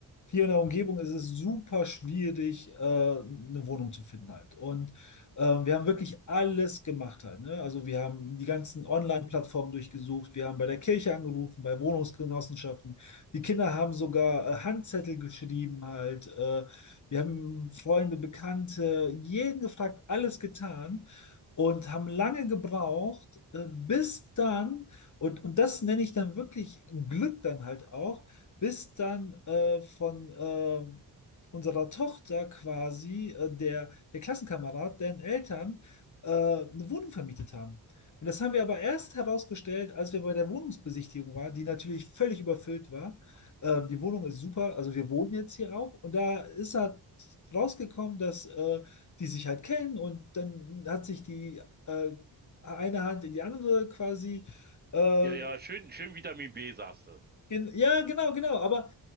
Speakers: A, on the left; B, on the right.
A: hier in der Umgebung ist es super schwierig, äh, eine Wohnung zu finden halt. Und ähm, wir haben wirklich alles gemacht halt. Ne? Also wir haben die ganzen Online-Plattformen durchgesucht, wir haben bei der Kirche angerufen, bei Wohnungsgenossenschaften. Die Kinder haben sogar äh, Handzettel geschrieben halt. Äh, wir haben Freunde, Bekannte, jeden gefragt, alles getan und haben lange gebraucht, äh, bis dann und, und das nenne ich dann wirklich Glück dann halt auch, bis dann äh, von äh, unserer Tochter quasi äh, der, der Klassenkamerad, deren Eltern äh, eine Wohnung vermietet haben. Und das haben wir aber erst herausgestellt, als wir bei der Wohnungsbesichtigung waren, die natürlich völlig überfüllt war. Äh, die Wohnung ist super, also wir wohnen jetzt hier auch. Und da ist halt rausgekommen, dass äh, die sich halt kennen und dann hat sich die äh, eine Hand in die andere quasi äh,
B: Ja, ja, schön, schön Vitamin B, sagst du.
A: gen ja, genau, genau. Aber